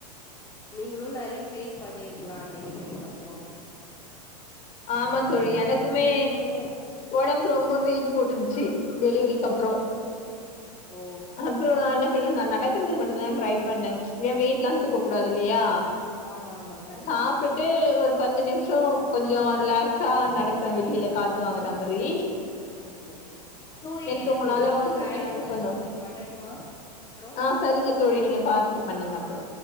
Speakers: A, on the left; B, on the left.
A: நீங்களு நெறைய ஃபேஸ் பண்ணிருக்கலா டெலிவரிக்கு அப்பறோ
B: ஆமாந்தோழி
A: பேரண்டா
B: எனக்குமே
A: இன்னு
B: ஒடம்பு ரொம்ப வெயிட் போட்டுருச்சு டெலிவரிக்கு அப்பறோ
A: ஓ
B: அப்பறோ நா என்ன பண்ணே நா நடக்கறது மட்டுந்தா ட்ரை பண்ணே ஏ வெயிட்லா தூக்க கூடாது இல்லையா
A: ஆமா ஆமா கரெக்ட்
B: சாப்டுட்டு ஒரு பத்து நிமிஷோ கொஞ்சோ ரிலாக்ஸா நடப்பே வெளில காத்துவாங்குற மாரி
A: ஓகே ஒகே <unintelligible> எனக்கு
B: தூங்குனாலும்
A: ஒரு இன்னொரு
B: கொஞ்சம்
A: அழைப்பு
B: இது
A: வருது
B: பண்ணும்
A: உங்களுக்கு பண்ணட்டுமா அப்றோ
B: ஆ சரிங்க தோழி நீங்க பாத்துட்டு பண்ணுங்க அப்பறோ